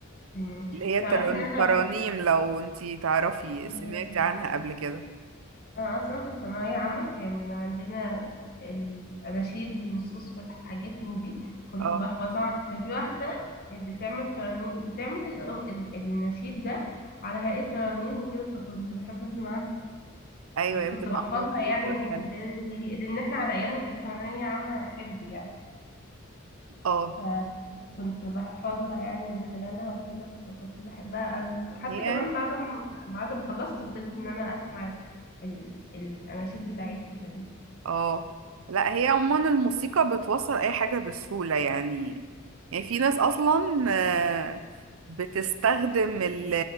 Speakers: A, on the left (about 50°); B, on the right (about 75°).
A: مم.
B: اللي هي
A: تعرفي
B: تران-
A: ان
B: ترانيم لو انتي تعرفي
A: انا
B: سمعتي عنها قبل كده
A: أنا أصلا في ثانوية عامة كان عندنا الأناشيد والنصوص والحاجات من دي كنت
B: اه
A: بحفظها كان في واحدة بتعمل ترانيم بتعمل ال- ال- النشيد ده على هيئة ترانيم وكده فكنت بحب أسمعها
B: ايوه
A: كنت
B: بتبقى
A: بحفظها
B: موسيقى
A: يعني من
B: حلوة
A: خلال هي- لأن إحنا على أيامنا كانت ثانوية عامة حفظ يعني
B: اه
A: فكنت بحفظها يعني من خلالها وكده فكنت بحبها قوي وحتى
B: هي
A: كمان بعد ما بعد ما خلصت فضلت إن أنا أسمع ال- ال- الأناشيد بتاعتها دي
B: اه لا هي عموما الموسيقى بتوصل اي حاجة بسهولة يعني يعني في ناس اصلا آه، بتستخدم ال-